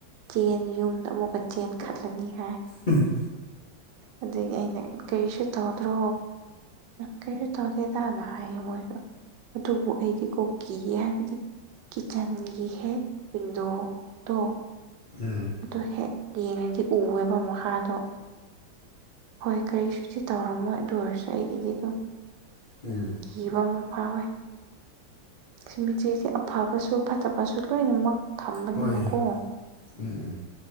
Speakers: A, on the right; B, on the left.
A: ꯆꯦꯟ ꯌꯨꯝꯗ ꯑꯃꯨꯛꯀ ꯆꯦꯟ ꯈꯠꯂꯦ ꯍꯥꯏ
B: ꯎꯝ
A: ꯑꯗꯒꯤ ꯑꯩꯅ ꯀꯔꯤꯁꯨ ꯇꯧꯗ꯭ꯔꯣ ꯀꯁꯨ ꯇꯧꯗꯦꯗꯅ ꯍꯥꯏ ꯃꯣꯏꯁꯨ ꯑꯗꯨꯕꯨ ꯑꯩꯗꯤ ꯀꯤꯑꯦ ꯍꯥꯏꯕꯗꯤ ꯀꯤꯠꯆꯟꯒꯤ ꯍꯦꯛ ꯋꯤꯟꯗꯣ ꯇꯣ
B: ꯎꯝ
A: ꯑꯗꯨ ꯍꯦꯛ ꯌꯦꯡꯉꯩꯗꯤ ꯎꯑꯦꯕ ꯃꯈꯥꯗꯣ ꯍꯣꯏ ꯀꯔꯤꯁꯨꯗꯤ ꯇꯧꯔꯝꯃꯣ ꯑꯗꯨ ꯑꯣꯏꯔꯁꯨ ꯑꯩꯒꯤꯗꯤꯀꯣ
B: ꯎꯝ
A: ꯀꯤꯕ ꯑꯃ ꯐꯥꯎꯋꯦ ꯁꯤꯃꯤꯁꯦ ꯑꯐꯕꯁꯨ ꯐꯇꯕꯁꯨ ꯂꯣꯏꯅꯃꯛ ꯊꯝꯕꯅꯤꯅꯀꯣ
B: ꯍꯣꯏ ꯎꯝ